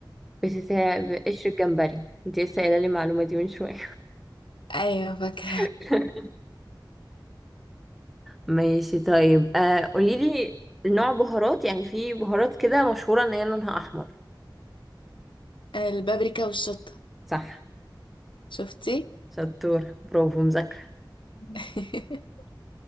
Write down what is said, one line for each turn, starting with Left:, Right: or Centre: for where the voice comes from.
Centre: بتتع- بقشر الجمبري انت لسه قايله لي المعلومه دي من شويه
Left: ايوه فاكرة
Centre: <laughs> ماشي طيب آه قولي لي نوع بهارات يعني في بهارات كده مشهوره ان هي لونها احمر
Left: <laughs> البابريكا والشطة
Centre: صح
Left: شفتي
Centre: شطور برافو مذاكره
Left: <laughs>